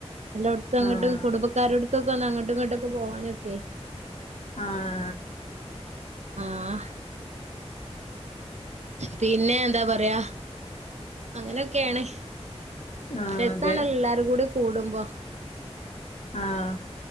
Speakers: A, on the right; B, on the left.
A: എല്ലോട്‌ത്തും അങ്ങട്ടും
B: ആഹ്
A: കുടുംബക്കാരോട്ക്കൊക്കെ ഒന്ന് അങ്ങട്ടും ഇങ്ങോട്ടൊക്കെ പോവാനൊക്കെ
B: ആഹ്
A: ആഹ് പിന്നെ എന്താ പറയാ അങ്ങനെയൊക്കെയാണ്
B: ആഹ്
A: രസാണല്ലോ
B: അതെ
A: എല്ലാരും കൂടി കൂടുമ്പോ
B: ആഹ്